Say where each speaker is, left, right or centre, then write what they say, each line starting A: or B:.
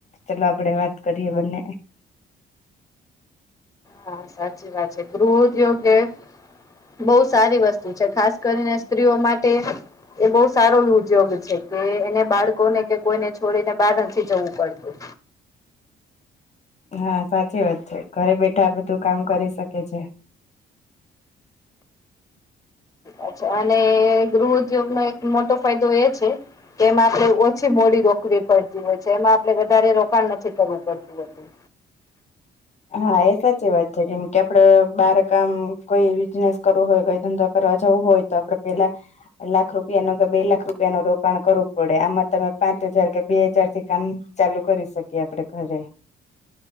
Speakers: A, on the left (about 35°); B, on the left (about 15°).
A: ચાલ આપડે વાત કરીએ બંને.
B: હા સાચી વાત છે, ગૃહઉદ્યોગે બહુ સારી વસ્તુ છે, ખાસ કરીને સ્ત્રીઓ માટે. એ બહુ સારો ઉદ્યોગ છે, કે એને બાળકોને કે કોઈને છોડીને બહાર નથી જવું પડતું.
A: હા સાચી વાત છે, ઘરે બેઠા આ બધું કામ કરી શકે છે.
B: અચ્છા અને ગૃહ ઉદ્યોગ નો એક મોટો ફાયદો એ છે, એમાં આપણે ઓછી મોડી રોકવી પડતી હોય છે, એમાં આપણે વધારે રોકાણ નથી કરવું પડતું હોતું.
A: હાએ સાચી વાત છે, કેમ કે, આપડે બાર કામ કોઈ બિઝનેસ કરવું હોય કોઈ ધંધો કરવા જવું હોય. તો આપડે પેલા, લાખ રૂપિયાનો કે બે લાખ રૂપિયાનું રોકાણ કરવું પડે આમાં તમે પાંચ હજાર કે બે હજારથી, કામ ચાલુ કરી શકીએ આપડે ઘરે,